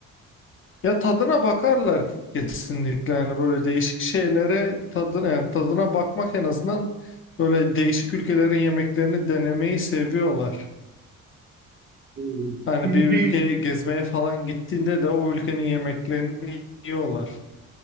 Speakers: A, on the left; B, on the right.
A: Ya tadına bakarlar kesinlikle yani böyle değişik şeylere tadın yani tadına bakmak en azından böyle değişik ülkelerin yemeklerini denemeyi seviyorlar.
B: Hmm.
A: Hani
B: Tutucu
A: bir ülkeye
B: değil,
A: gezmeye falan gittiğinde de o ülkenin yemeklerini yiyorlar.